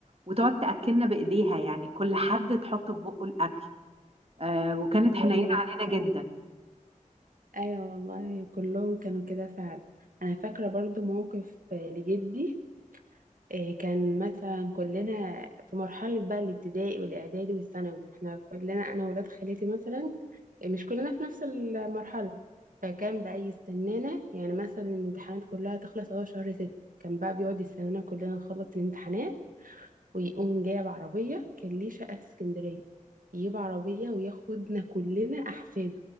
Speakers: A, on the right; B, on the right.
A: وتقعد تاكلنا بايديها يعني كل حد تحط في بقه الاكل آه وكانت
B: أيوة
A: حنينه علينا جدا
B: ايوه والله كلهم كانوا كده فعلا انا فاكره برضو موقف آه، لجدي آه، كان مثلا كلنا في مرحله بقى الابتدائي والاعدادي والثانوي احنا كلنا انا وولاد خالتي مثلا آه، مش كلنا في نفس المرحله فكان بقى يستنانا يعني مثلا الامتحانات كلها تخلص اهو شهر ست كان بقى بيقعد يستنانا كلنا نخلص الامتحانات ويقوم جايب عربية كان ليه شقة في اسكندرية يجيب عربية وياخدنا كلنا أحفاده